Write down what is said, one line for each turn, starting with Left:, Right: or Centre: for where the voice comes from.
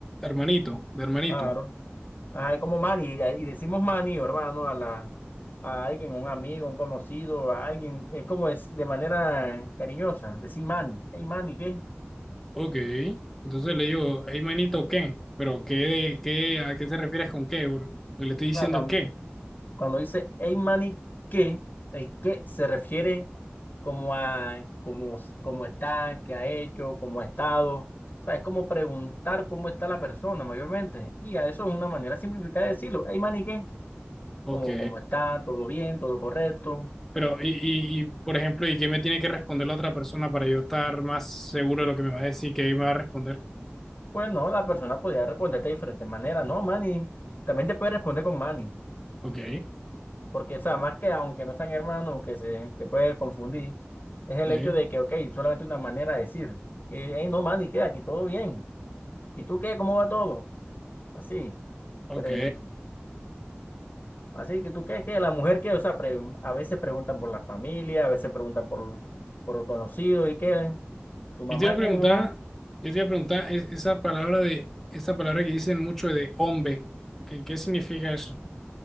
Centre: Hermanito, de hermanito.
Left: Claro. Ajá, es como Manny, y, y decimos Manny o hermano a la, a alguien, un amigo, un conocido, a alguien, es como es de manera cariñosa, decir Manny, hey Manny, ¿qué?
Centre: Ok. Entonces le digo, hey manito, ¿qué? Pero ¿qué, de- qué, a qué te refieres con qué, bro? Porque le estoy diciendo
Left: O sea, cam-
Centre: qué.
Left: Cuando dice hey mani, ¿qué? El qué se refiere como a cómo, cómo está, qué ha hecho, cómo ha estado. O sea, es como preguntar cómo está la persona mayormente. Y a eso es una manera simplificada de decirlo. Hey mani, ¿qué?
Centre: Ok.
Left: Como cómo está, todo bien, todo correcto.
Centre: Pero, y, y, y, por ejemplo, ¿y qué me tiene que responder la otra persona para yo estar más seguro de lo que me va a decir, qué me va a responder?
Left: Pues no, la persona podría responderte de diferentes maneras. No, mani, También te puede responder con mani.
Centre: Ok.
Left: Porque, o sea, más que aunque no sean hermanos, que se, que puede confundir, es el
Centre: Sí.
Left: hecho de que, ok, solamente una manera de decir, y, hey, no, man, ¿y qué? Aquí todo bien. ¿Y tú qué? ¿Cómo va todo? Así.
Centre: Ok.
Left: Pre- así que tú qué, que la mujer que, o sea, pre- a veces preguntan por la familia, a veces preguntan por, por los conocidos y qué, ¿tu mamá
Centre: Yo te iba a preguntar,
Left: qué? ¿Cómo va?
Centre: yo te iba a preguntar es- esa palabra de, esa palabra que dicen mucho de hombre, ¿qué, qué significa eso?